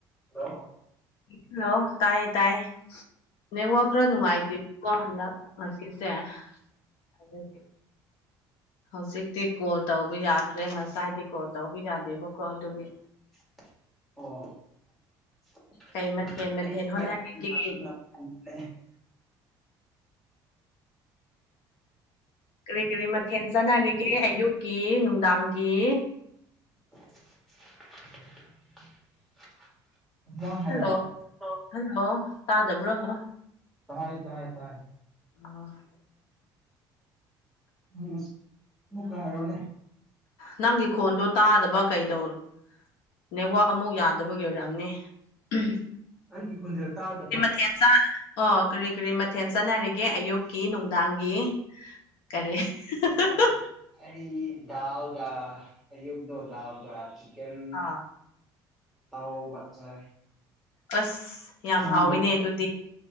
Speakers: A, in the centre; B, on the left.
A: ꯍꯂꯣ
B: ꯍꯂꯣ ꯇꯥꯏ ꯇꯥꯏ ꯅꯦꯠꯋꯥꯛ ꯈꯔ ꯅꯨꯡꯉꯥꯏ ꯇꯦꯀꯣ ꯍꯟꯗꯛ ꯉꯁꯤꯁꯦ꯫ ꯑꯗꯨ ꯍꯧꯖꯤꯛꯇꯤ ꯀꯣꯜ ꯇꯧꯕ ꯌꯥ꯫ ꯍꯔꯦꯟ ꯉꯁꯥꯏꯗꯤ ꯀꯣꯜ ꯇꯧꯕꯤ ꯌꯥꯗꯦꯕꯀꯣ ꯑꯗꯨꯒꯤ꯫
A: ꯑꯣ
B: ꯀꯩ
A: <unintelligible>
B: ꯃꯊꯦꯜ ꯃꯊꯦꯜ ꯍꯣꯠꯅꯔꯤꯒꯦ ꯀꯔꯤ ꯀꯔꯤ ꯃꯊꯦꯜ ꯆꯥꯟꯅꯔꯤꯒꯦ ꯑꯌꯨꯛꯀꯤ ꯅꯨꯡꯗꯥꯡꯒꯤ꯫
A: <inaudible> ꯥꯑꯃ ꯍꯥꯏꯔꯛꯑꯣ
B: ꯍꯜꯂꯣ ꯍꯜꯂꯣ ꯇꯥꯗꯕ꯭ꯔꯣ ꯅꯪ
A: ꯇꯥꯏ ꯇꯥꯏ ꯇꯥꯏ꯫
B: ꯑ꯫
A: ꯍꯝ ꯃꯨꯛꯀ ꯍꯥꯏꯔꯛ ꯑꯣ ꯅꯦ꯫
B: ꯅꯪꯒꯤ ꯈꯣꯟꯗꯣ ꯇꯥꯗꯕ ꯀꯩꯗꯧ ꯅꯦꯠꯋꯥꯛ ꯑꯃꯨꯛ ꯌꯥꯗꯕꯒꯤ ꯑꯣꯏꯔꯑꯝꯅꯤ ꯑꯝꯍꯝ꯫
A: ꯑꯩꯒꯤ ꯈꯨꯟꯖꯦꯜ ꯇꯥꯗꯕ꯭ꯔꯣ꯫
B: ꯃꯊꯦꯜ ꯆꯥ ꯑꯣ ꯀꯔꯤ ꯀꯔꯤ ꯃꯊꯦꯜ ꯆꯠꯅꯔꯤꯒꯦ ꯑꯌꯨꯛꯀꯤ ꯅꯨꯡꯗꯥꯡꯒꯤ꯫ ꯀꯔꯦ ꯑꯍ-ꯍꯥ-ꯍꯥ꯫
A: ꯚꯥꯏ ꯑꯩ ꯗꯥꯎ ꯌꯥ ꯑꯩꯌꯨꯛꯇꯣ ꯗꯥꯎ ꯌꯥꯈꯤ꯫ ꯀꯦꯟ
B: ꯑꯥ
A: ꯇꯥꯎꯕꯥꯛ ꯆꯥꯏ꯫
B: ꯑꯁ ꯌꯥꯝ
A: ꯅꯪꯗꯤ
B: ꯍꯥꯎꯋꯤꯅꯦ ꯑꯗꯨꯗꯤ